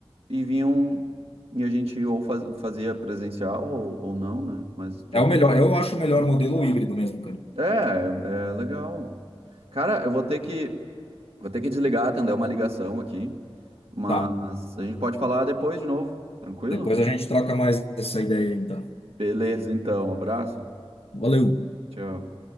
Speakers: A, on the right (about 80°); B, on the left (about 85°).
A: E vinham e a gente ou faz- fazia presencial ou, ou não, né? Mas de acordo.
B: é o melhor, eu acho o melhor modelo híbrido mesmo, cara.
A: É, é é legal. Cara, eu vou ter que Vou ter que desligar, atender uma ligação aqui, mas
B: Tá.
A: a gente pode falar depois de novo, tranquilo?
B: Depois a gente troca mais essa ideia aí, então.
A: Beleza, então, abraço.
B: Valeu.
A: Tchau.